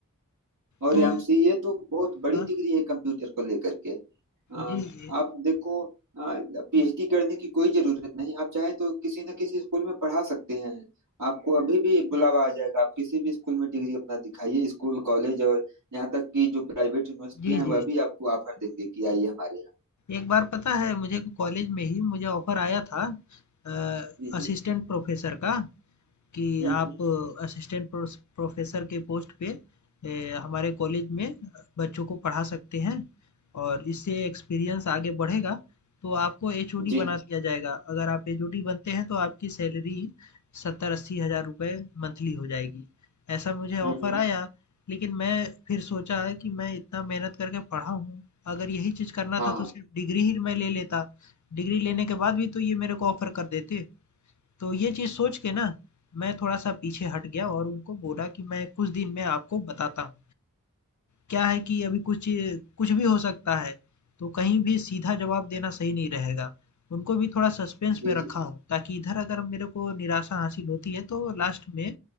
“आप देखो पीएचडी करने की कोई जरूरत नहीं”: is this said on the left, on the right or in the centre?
Right